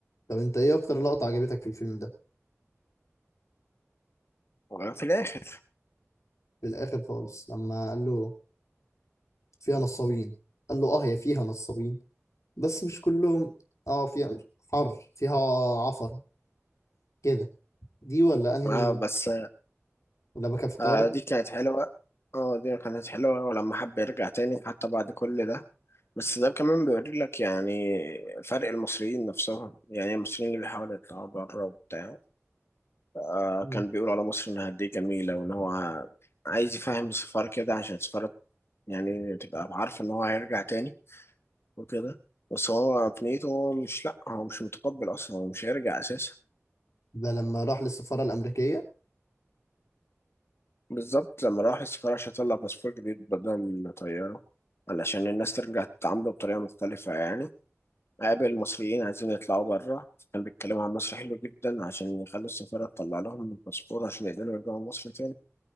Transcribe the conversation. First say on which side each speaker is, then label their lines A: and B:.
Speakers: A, on the left; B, on the left.
A: طب انت ايه اكتر لقطه عجبتك في الفيلم ده
B: آه، في الاخر
A: في الاخر خالص لما قال له فيها نصابين قال له اه هي فيها نصابين بس مش كلهم اه فيها حر فيها عفرة كده دي ولا انهي
B: اه بس
A: لما كان في الطيارة
B: آه دي كانت حلوه اه دي كانت حلوه ولما حب يرجع تاني حتى بعد كل ده بس ده كمان بيوري لك يعني فرق المصريين نفسهم يعني المصريين اللي بيحاولوا يطلعوا بره وبتاع آه
A: مم.
B: كان بيقول على مصر انها قد ايه جميله وان هو عايز يفهم السفارة كده عشان السفارة يعني تبقى عارفة إن هو هيرجع تاني وكده بس هو في نيته هو مش لأ هو مش متقبل أصلا هو مش هيرجع أساسا
A: ده لما راح للسفارة الأمريكية
B: بالظبط لما راح السفارة عشان يطلع باسبور جديد بدل من طياره علشان الناس ترجع تتعامله بطريقة مختلفة يعني قابل مصريين عايزين يطلعوا بره كان بيتكلموا عن مصر حلو جدا عشان يخلوا السفارة تطلع لهم الباسبور عشان يقدروا يرجعوا مصر تاني